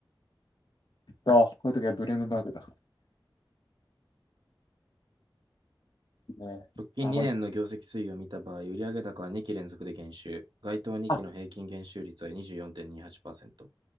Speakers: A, on the left (about 60°); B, on the right (about 65°).
A: と、こういう時はブルームバーグだ。ね、
B: 直近2年の業績推移を見た場合、
A: あ、これ、
B: 売上高は2期連続で減収。該当2期の平均減収率は24.28%。
A: あ、